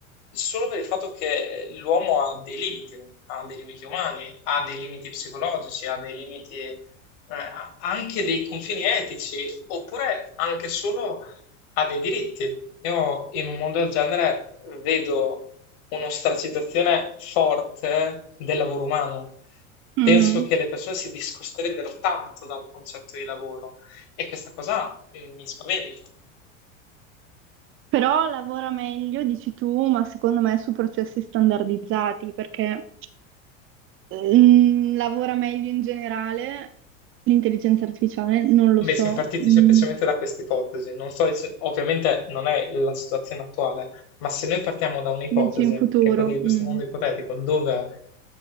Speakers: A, on the left; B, on the right.
A: Solo per il fatto che l'uomo ha dei limiti, ha dei limiti umani, ha dei limiti psicologici, ha dei limiti, eh, ha anche dei confini etici, oppure anche solo ha dei diritti. Io in un mondo del genere vedo un'ostracitazione forte del lavoro umano.
B: Mhm.
A: Penso che le persone si discosterebbero tanto dal concetto di lavoro e questa cosa mi spaventa.
B: Però lavora meglio, dici tu, ma secondo me su processi standardizzati, perché mm, lavora meglio in generale l'intelligenza artificiale, non lo
A: Beh,
B: so,
A: siamo partiti
B: mm,
A: semplicemente da questa ipotesi. Non so, se- ovviamente non è la situazione attuale, ma se noi partiamo da un'ipotesi,
B: dici in futuro.
A: che è quella di questo
B: mm.
A: mondo ipotetico, dove